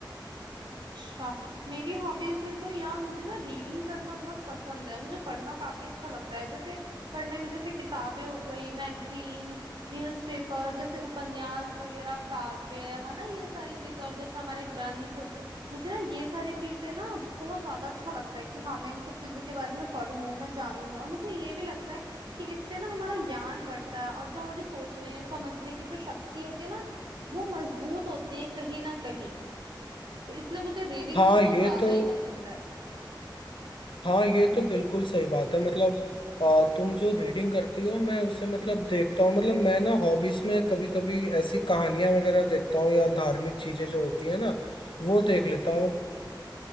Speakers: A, on the right (about 70°); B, on the left (about 80°).
A: अच्छा मेरी हॉबीज में तो यार मुझे ना रीडिंग करना बहुत पसंद है मुझे पढ़ना काफी अच्छा लगता है जैसे पढ़ने में जैसे किताबें हो गई मैगजीन्स न्यूज़पेपर जैसे उपन्यास वगैरह काव्य है ना ये सारी चीजें और जैसे हमारे ग्रंथ मुझे ना ये सारी चीजें ना बहुत ज्यादा अच्छा लगता है कि हाँ मैं इन सब चीजों के बारे में पढूं मैं जानूं और मुझे ये भी लगता है कि इससे ना हमारा ज्ञान बढ़ता है और जो हमारी सोचने समझने की जो शक्ति होती है ना वो मजबूत होती है कहीं ना कहीं तो इसलिए मुझे रीडिंग
B: हाँ
A: तो कुछ
B: ये
A: ज्यादा
B: तो
A: ही पसंद है
B: हाँ ये तो बिल्कुल सही बात है मतलब आ, तुम जो रीडिंग करती हो मैं उसे मतलब देखता हूँ मतलब मैं ना हॉबीज में कभी कभी ऐसी कहानियां वगैरह देखता हूँ या धार्मिक चीजें जो होती है ना वो देख लेता हूँ